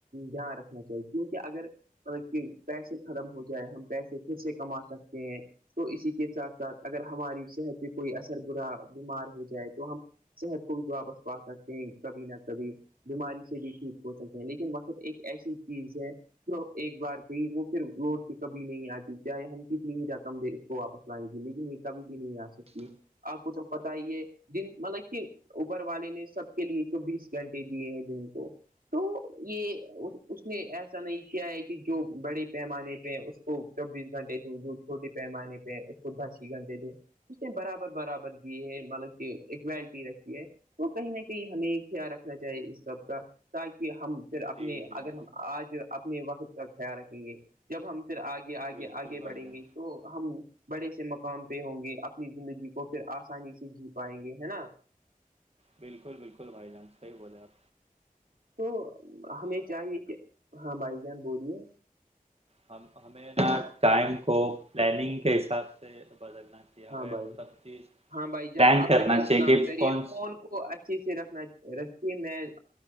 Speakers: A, on the right (about 75°); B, on the right (about 45°).
A: دھیان رکھنا چاہیے کیونکہ اگر مطلب کہ پیسے ختم ہو جائے ہم پیسے پھر سے کما سکتے ہیں تو اسی کے ساتھ ساتھ اگر ہماری صحت پہ کوئی اثر برا بیمار ہو جائے تو ہم صحت کو بھی تو وپس پا سکتے ہیں کبھی نہ کبھی بیماری سے بھی ٹھیک ہو سکتے ہیں لیکن وقت ایک ایسی چیز ہے جو ایک بار گیا وہ پھر لوٹ کے کبھی نہیں آتی چاہے ہم کتنی ہو رقم دے کو واپس لیکن یہ کبھی بھی نہیں آ سکتی آپ کو تو پت ہی ہے جن مطلب کہ اوپر والے نے سب کے لیے تو بیس گھنٹے دیے ہیں جن کو تو یہ اس نے ایسا نہیں کیا ہے کہ جو بڑے پیمانے پہ ہے اس کو چوبیس گنٹے دو جو چھوٹے پیمانے پہ ہے اس کو دس ہی گھنٹے دوں اس برابر برابر بھی ہے مطلب کہ ایکولٹی رکھی ہے تو کہیں نہ کہیں ہمیں خیال رکھنا چاہیے اس سب کا تاکہ ہم فر اپنے
B: جی جی
A: اگر ہم آج اپنے وقت کا خیال رکھیں گے جب ہم پھر آگے
B: بالکل
A: آگے
B: بالکل بھائی
A: بڑھیں
B: جان
A: گے تو ہم بڑے سے مقام پہ ہوں گے زندگی کو پھر آسانی سے جی پائیں گے ہے نا
B: بالکل بالکل بھائی جان صحیح بولے آپ
A: تو ہمیں چاہیے کہ ہاں بھائی جان بولیے
B: ہم ہمیں نا ٹائم کو پلاننگ کے حساب سے بدلنا چاہیے ہمیں
A: ہاں بھائی
B: سب چیز
A: ہاں بھائی جان
B: پلان
A: آپ
B: کرنا
A: پہلے ایک
B: چاہیے
A: کام
B: کہ
A: کریے
B: کون
A: فون کو اچھے سے رکھنا رکھتے میں